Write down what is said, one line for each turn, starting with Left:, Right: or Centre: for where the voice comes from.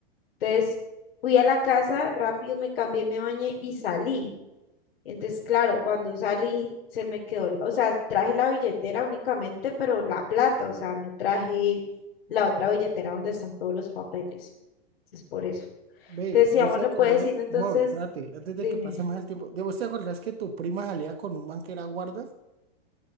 Left: Entonces fui a la casa, rápido me cambié, me bañé y salí. Entonces, claro, cuando salí se me quedó, el- o sea, traje la billetera únicamente, pero la plata, o sea, no traje la otra billetera donde están todos los papeles. Entonces, por eso.
Right: Ve,
Left: Decíamos,
Right: vos te
Left: le
Right: acordás,
Left: puede decir entonces,
Right: Mor, espérate, antes
Left: dime.
Right: de que pase más el tiempo. ¿De vos te acordás que tu prima salía con un man que era guarda?